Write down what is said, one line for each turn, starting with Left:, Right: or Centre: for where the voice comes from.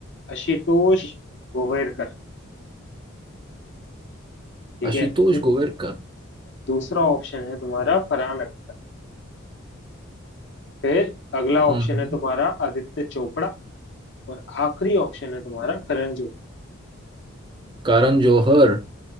Left: आशुतोष गोवेरकर ठीक
Right: आशुतोष
Left: है दू-
Right: गोवेरकर
Left: दूसरा ऑप्शन है तुम्हारा फरहान अख्तर फिर अगला ऑप्शन
Right: हम्म हम्म।
Left: है तुम्हारा आदित्य चोपड़ा और आखिरी ऑप्शन है तुम्हारा करण जौहर
Right: करण जौहर